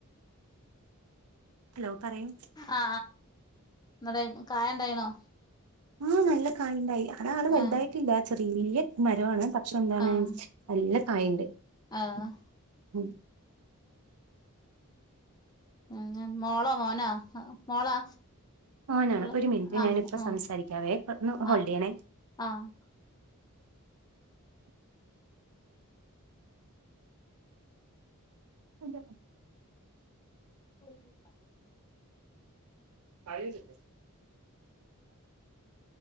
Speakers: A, on the right; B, on the left.
A: ഹലോ പറയൂ
B: ആ ന്നട് കായണ്ടായ്ണോ
A: ആ നല്ല കായിണ്ടായി അ <unintelligible> ആള് വലുതായിട്ടില്ല
B: ആഹ്
A: ചെറിയ മരമാണ് ഷെന്താണ്
B: ആഹ്
A: നല്ലാ കായിണ്ട്
B: ആഹ്
A: ഉം
B: <unintelligible> മോളോ മോനാ മോളാ
A: മോനാണ്
B: ഉള്ള
A: ഒരു മിൻറ്റ്
B: ആഹ്
A: ഞാനിപ്പോ
B: മോൻ
A: സംസാരിക്കാവേ ഒന്ന് ഹോൾഡ്
B: ആഹ്
A: ചെയ്യണേ
B: ആഹ്
A: <unintelligible>
B: <inaudible>
A: അതെന്ത്